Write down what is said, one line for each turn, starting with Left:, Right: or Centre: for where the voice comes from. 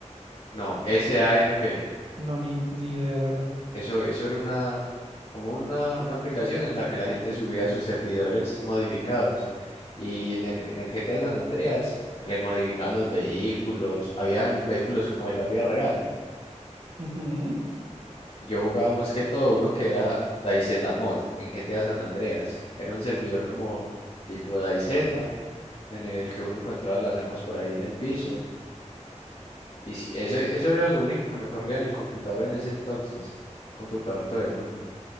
Left: No, S A M P
Right: No, ni, ni idea, la verdad.
Left: Eso, eso era una, como una, una aplicación en la que la gente subía sus servidores modificados. Y en el, en el GTA San Andreas le modificaban los vehículos. Habían vehículos como de la vida real.
Right: Ujú.
Left: Y Yo jugaba más que todo uno que era DayZ Mod en GTA San Andreas. Era un servidor como tipo DayZ en el que uno encontraba las armas por ahí en el piso. Y si- eso, eso era lo único que me corría en el computador en ese entonces. Computador todo en uno.